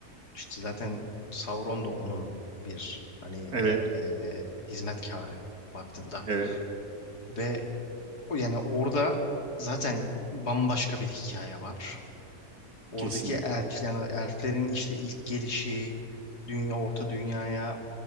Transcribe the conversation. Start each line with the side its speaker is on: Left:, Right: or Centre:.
Left: işte zaten Sauron da onun bir hani
Right: Evet.
Left: e, e, hizmetkarı baktığında
Right: Evet.
Left: ve o yani orada zaten bambaşka bir hikaye var. Oradaki
Right: Kesinlikle.
Left: elf yani elflerin işte ilk gelişi dünya orta dünyaya